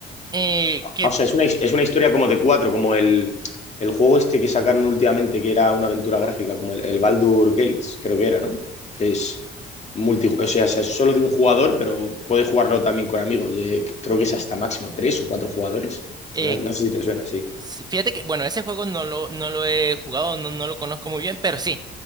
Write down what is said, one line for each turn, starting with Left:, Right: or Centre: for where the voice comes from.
Right: eh,
Left: Ah,
Right: que
Left: O sea, es una, his- es una historia como de cuatro, como el, el juego este que sacaron últimamente, que era una aventura gráfica, como el, el Baldur Gates, creo que era, ¿no? Que es multi, o sea, es solo de un jugador, pero puedes jugarlo también con amigos. de- creo que es hasta máximo tres o cuatro jugadores.
Right: eh,
Left: No, no sé si te suena, sí.
Right: sí, fíjate que, bueno, ese juego no lo, no lo he jugado, no, no lo conozco muy bien, pero sí,